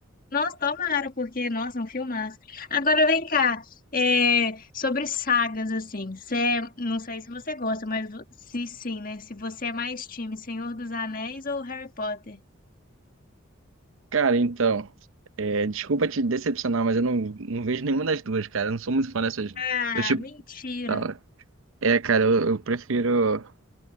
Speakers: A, on the left; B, on the right.
A: Nossa, tomara, porque, nossa, é um filmaço. Agora vem cá, é, sobre sagas, assim, você é- não sei se você gosta, mas vo- se sim, né? Se você é mais time Senhor dos Anéis ou Harry Potter?
B: Cara, então, é, desculpa te decepcionar, mas eu não, não vejo nenhuma das duas, cara. Eu não sou muito fã dessas.
A: Ah,
B: Eu, tipo,
A: mentira.
B: tá, é, cara, eu, eu prefiro.